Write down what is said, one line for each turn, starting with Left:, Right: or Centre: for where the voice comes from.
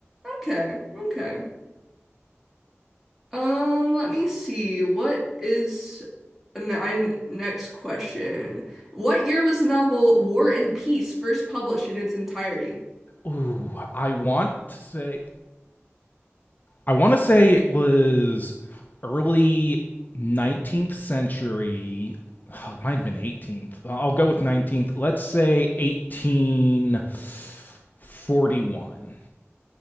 Centre: Okay. Okay. Um, let me see. What is nine next question? What year was the novel War and Peace first published in its entirety?
Left: Ooh, I want to say I want to say it was early 19th century. Oh, It might have been 18th. I'll go with 19th. Let's say 1841.